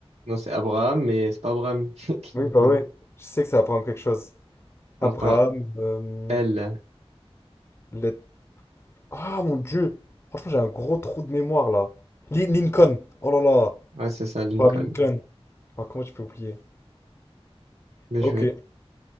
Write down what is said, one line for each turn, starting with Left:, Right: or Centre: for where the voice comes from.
Right: Non, c'est Abraham, mais c'est pas Abraham <laughs> Clinton.
Left: Oui, bah ouais. Je sais que c'est Abraham quelque chose.
Right: On
Left: Abraham,
Right: Commence par un
Left: euh,
Right: L.
Left: le- Ah, mon Dieu! Franchement, j'ai un gros trou de mémoire, là. Li- Lincoln! Oh là là!
Right: Ouais, c'est ça, Lincoln.
Left: Abraham Lincoln. Ah, comment je peux oublier?
Right: Bien
Left: Ok.
Right: joué.